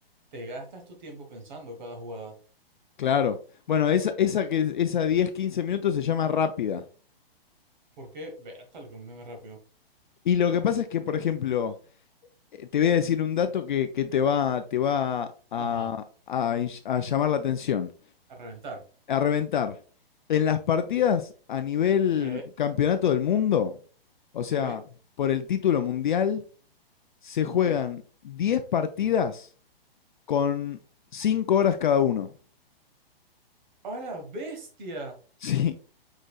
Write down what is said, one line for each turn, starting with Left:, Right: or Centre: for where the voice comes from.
Right: te gastas tu tiempo pensando cada jugada.
Left: Claro. Bueno, esa, esa que esa 10, 15 minutos se llama rápida.
Right: Porque, Bertal, que muy rápido.
Left: Y lo que pasa es que, por ejemplo, eh, te voy a decir un dato que, que te va, te va a,
Right: Ajá,
Left: a, inch- a llamar la atención.
Right: a reventar.
Left: a reventar. En las partidas a nivel
Right: Ok,
Left: campeonato del mundo, o
Right: ok.
Left: sea, por el título mundial, se
Right: ujú.
Left: juegan 10 partidas con 5 horas cada uno. <laughs>
Right: ¡A la bestia!
Left: Sí.